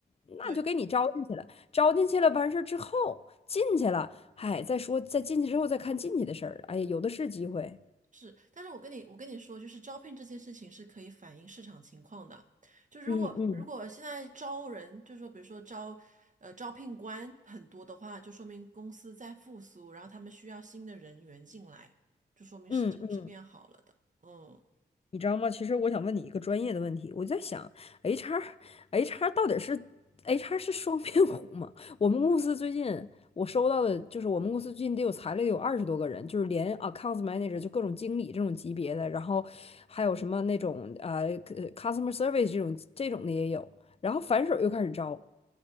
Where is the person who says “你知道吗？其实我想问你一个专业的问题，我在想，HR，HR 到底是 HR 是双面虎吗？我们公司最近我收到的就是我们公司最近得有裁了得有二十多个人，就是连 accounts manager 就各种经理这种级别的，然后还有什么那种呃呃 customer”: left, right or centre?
Left